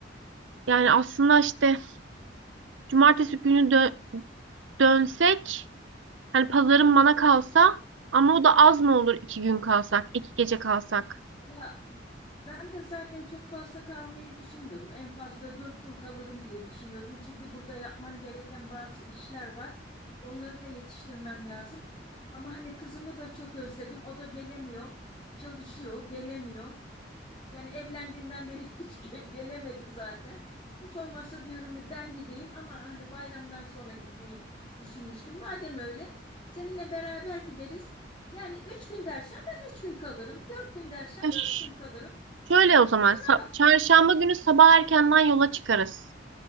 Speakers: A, on the right (about 85°); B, on the left (about 25°).
A: Yani aslında işte cumartesi günü dö- dönsek hani pazarın bana kalsa ama o da az mı olur iki gün kalsak, iki gece kalsak?
B: Ya ben de zaten çok fazla kalmayı düşünmüyordum. En fazla dört gün kalırım diye düşünüyordum. Çünkü burada yapmam gereken bazı işler var. Onları da yetiştirmem lazım. Ama hani kızımı da çok özledim. O da gelemiyor. Çalışıyor, gelemiyor. Yani evlendiğinden beri <laughs> hiç ge- gelemedi zaten. Hiç olmazsa diyorum ben gideyim ama hani bayramdan sonra gitmeyi düşünmüştüm. Madem öyle seninle beraber gideriz. Yani üç gün dersen ben üç gün kalırım. Dört gün dersen
A: Ya ş-
B: dört gün kalırım.
A: şöyle o zaman
B: Sana
A: sa- çarşamba günü sabah erkenden yola çıkarız.